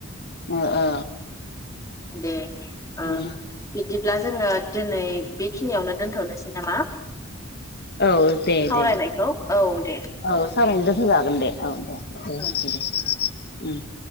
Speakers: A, on the left; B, on the left.
A: ओ औ।
B: दे। ओ
A: उम
B: बि दिब्ला जोङो दिनै बेखिनियावनो दोनथ'नोसै नामा?
A: औ दे
B: सावरायनायखौ
A: दे
B: औ दे
A: औ थारैनो दोनथ'जागोन दे। औ दे। उम
B: औ
A: दे दे। उम।